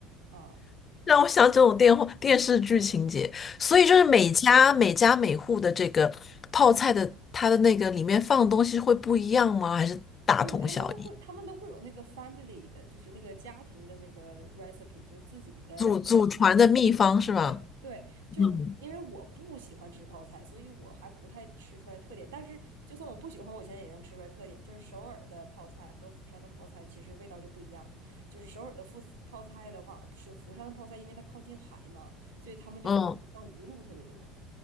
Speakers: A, on the right; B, on the left.
A: 啊，
B: 让我想这种电话电视剧情节，所以就是每家每家每户的这个泡菜的，
A: 对，
B: 它的那个里面放的东西会不一样吗？还是大同小异？
A: 对，他们都会，他们都会有那个 family 的，就是那个家庭的那个 recipe，就是自己的
B: 祖祖传的秘方是吧？
A: 对对，就因为我不喜欢吃泡菜，
B: 嗯
A: 所以我还不太吃出来特点。但是就算我不喜欢，我现在也能吃出来特点，就是首尔的泡菜和釜山的泡菜其实味道就不一样。就是首尔的富泡菜的话，是釜山的泡菜，因为它靠近海嘛，所以他们就会往里放鱼露特别多，
B: 嗯，